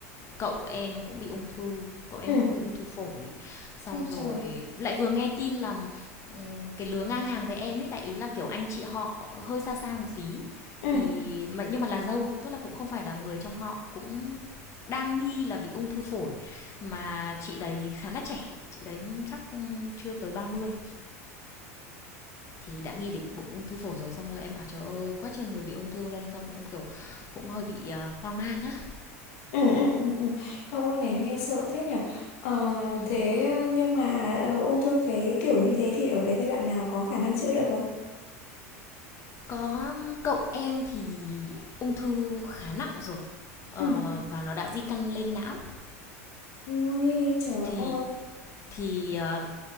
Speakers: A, on the left; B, on the left.
A: cậu em cũng bị ung thư cậu em
B: ừ,
A: cũng bị ung thư phổi xong
B: Ôi
A: rồi
B: trời.
A: lại vừa nghe tin là cái lứa ngang hàng với em ấy đại ý là kiểu anh chị họ hơi xa xa một tí
B: Ừ.
A: thì mà nhưng mà là dâu tức là cũng không phải là người trong họ cũng đang nghi là bị ung thư phổi mà chị đấy khá là trẻ chị đấy chắc chưa tới 30, thì đã nghi đến bụng ung thư phổi rồi xong rồi em bảo trời ơi quá trời người bị ung thư luôn xong rồi em kiểu cũng hơi bị à, hoang mang á
B: Ừ, ừ, ừ, ừ. Ôi này nghe sợ thế nhỉ ờ,
A: ừ.
B: thế nhưng mà ờ, ung thư cái kiểu như thế thì ở cái giai đoạn nào có khả năng chữa được không
A: Có cậu em thì ung thư khá nặng rồi, ờ,
B: ừ.
A: và nó đã di căn lên não.
B: ui trời
A: Thì
B: ơi
A: thì, ờ,